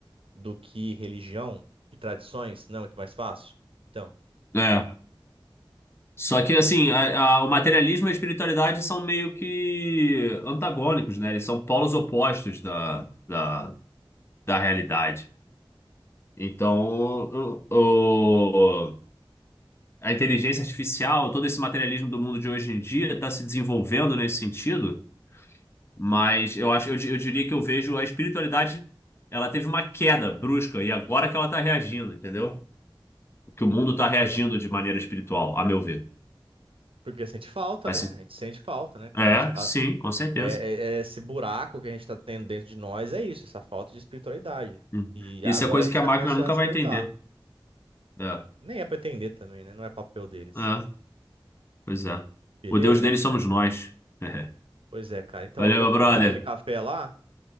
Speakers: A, on the right; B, on the left.
A: do que religião e tradições? Não é muito mais fácil? Então,
B: É. Só que, assim, a- a- o materialismo e a espiritualidade são meio que antagônicos, né? Eles são polos opostos da, da, da realidade. Então, o, o- a inteligência artificial, todo esse materialismo do mundo de hoje em dia está se desenvolvendo nesse sentido Mas eu acho, eu, di- eu diria que eu vejo a espiritualidade, ela teve uma queda brusca e agora que ela está reagindo, entendeu? Que o mundo está reagindo de maneira espiritual, a meu ver.
A: porque sente falta,
B: Assim,
A: né? A gente sente falta, né, cara?
B: é,
A: A gente tá,
B: sim, com certeza.
A: é, é- é esse buraco que a gente está tendo dentro de nós é isso, essa falta de espiritualidade.
B: Hum.
A: E
B: Isso
A: agora
B: é coisa
A: a gente
B: que
A: está
B: a máquina
A: começando
B: nunca
A: a despertar.
B: vai entender. É,
A: Nem é pra também, né? Não é papel deles.
B: é, pois é.
A: Beleza?
B: O Deus deles somos nós. <laughs>
A: Pois é, cara. Então
B: Valeu,
A: eu vou
B: meu
A: ali
B: brother.
A: tomar aquele café lá.